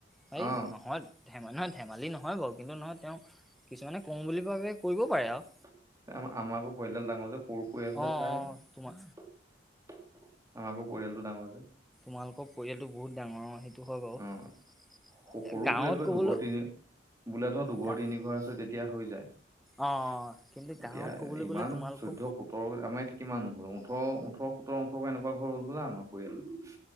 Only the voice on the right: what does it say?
অ
আ আমাআকৌ পৰিয়ালদাল ডাঙৰ যে সৰু পৰিয়াল হ'লে
খাই
আমাৰ
আকৌ পৰিয়ালটো ডাঙৰ যে।
অ সৰু
পৰিয়ালবোৰে
দুঘৰ তিনি বোলে ধৰ দুঘৰ
তিনি ঘৰ আছে তেতিয়া হৈ যায়।
এতিয়া
ইমান
চৈধ্য সোতৰ আমাৰ ইয়াত কিমান ঘৰ ওঠৰ-ওঠৰ সোতৰ ওঠৰ একুৱা ঘৰ হ'ল আমাৰ পৰিয়াল।